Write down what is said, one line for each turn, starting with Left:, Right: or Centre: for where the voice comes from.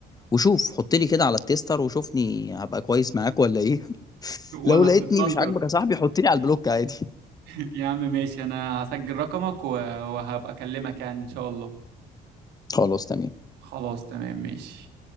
Left: وشوف حط لي كده على التيستر وشوفني هبقى كويس معاك ولا ايه <laughs>
Right: ولا
Left: لو لقيتني
Right: هتتفلتر
Left: مش عاجبك يا صاحبي حط لي على البلوك عادي
Right: <laughs> يا عم ماشي انا هسجل رقمك و... وهبقى اكلمك يعني ان شاء الله
Left: خلاص تمام
Right: خلاص تمام ماشي